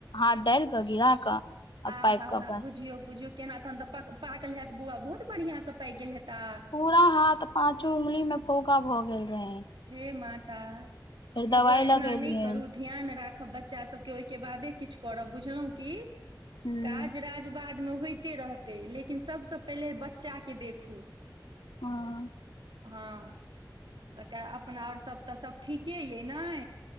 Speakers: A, on the left; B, on the right.
A: हाथ डाइल कऽ गिरा कऽ आ
B: आहाहा
A: पाकि कऽ अपन
B: बुझियौ बुझियौ केना तहन तऽ प पाकल हेत बौआ बहुत बढ़ियां से पाइक गेल हेता
A: पूरा हाथ पांचों उंगली में फौका भए गेल रहे
B: हे माता
A: फेर
B: हे
A: दवाइ
B: बौआ एना
A: लगेलियै
B: नै करू ध्यान राखब बच्चा सब केँ ओइ केँ बादे किछ करब बुझलौ की
A: ह
B: काज राज बाद म होइते रहतै लेकिन सब स पहिले बच्चा कऽ देखू
A: हँ
B: हँ तऽ कै अपना और सभ तऽ सभ ठीके अइ नै